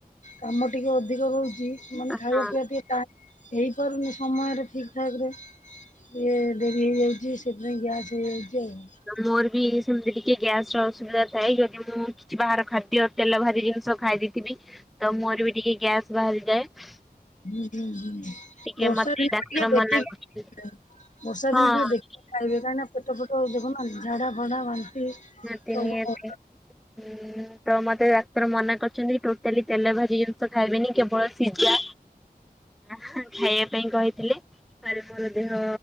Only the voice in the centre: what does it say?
ହଁ
ମୋର ବି ସେମିତି ଟିକେ ଗ୍ୟାସ ର ଅସୁବିଧା ଥାଏ ଯଦି ମୁଁ କିଛି ବାହାର ଖାଦ୍ୟ ତେଲ ଭାଜି ଜିନିଷ ଖାଇ ଦେଇଥିବି ତ ମୋର ବି ଟିକେ ଗ୍ୟାସ୍ ବାହାରିଯାଏ।
ଟିକେ
ମତେ
ଡାକ୍ତର
ମନା କରୁଛନ୍ତି
ହଁ
ନିହାତି
ନିହାତି ଉଁ ତ ମତେ ଡାକ୍ତର ମନା କରିଛନ୍ତି ପ୍ରୋ ଖାଲି ତେଲ ଭାଜି ଜିନିଷ ଖାଇବେନି କେବଳ ସିଝା ଖାଇବା ପାଇଁ କହି ହେଲେ ତାରେ ମୋର ଦେହ